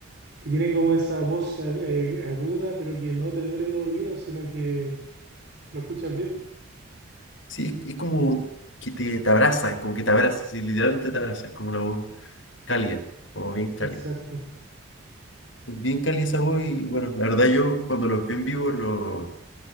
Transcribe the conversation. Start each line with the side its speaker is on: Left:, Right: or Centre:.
Right: Que tiene como esa voz a- eh, aguda, pero que no te duele los oídos, sino que lo escuchas bien.
Left: Sí, es, es como que te, te abraza, es como que te abraza, sí, literalmente te abraza, es como una voz cálida, como bien cálida.
Right: Exacto.
Left: Es bien cálida esa voz y bueno, la verdad yo cuando los vi en vivo los